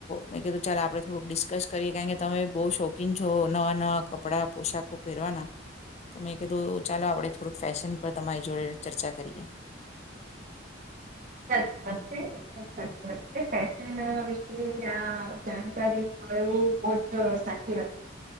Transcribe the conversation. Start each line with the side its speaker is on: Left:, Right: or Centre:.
Left: મેં કીધું ચાલો આપણે થોડુંક ડિસ્કસ કરીએ કારણ કે તમે બહુ શોખીન છો નવા નવાં કપડાં પોશાકો પહેરવાના તો મેં કીધું ચાલો આપણે થોડુંક ફેશન પર તમારી જોડે ચર્ચા કરીએ.
Right: સાચી વાત છેમ સાચી વાત છે ફેશન વિશે આ જાણકારી મળવું બહ જ સાચી વાત છે